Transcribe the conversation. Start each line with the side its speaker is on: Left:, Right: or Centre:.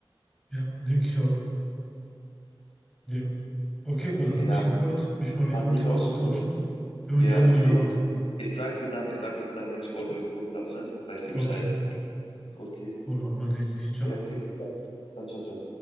Centre: Ja, denke ich auch. Ja. Okay, Bruder, hat
Left: Ja,
Centre: mich gefreut, mich mal wieder
Left: hat
Centre: mit
Left: mich
Centre: dir
Left: auch
Centre: auszutauschen.
Left: gefreut.
Centre: Können
Left: Ja,
Centre: wir gerne wiederholen.
Left: ich, ich sag dir dann, ich sag dir dann, wenn ich Oldboy geguckt habe, ne? Sag ich dir
Centre: Okay,
Left: Bescheid. Okay.
Centre: Bruder, man sieht sich. Ciao.
Left: Ja, okay. Dann, dann ciao, ciao.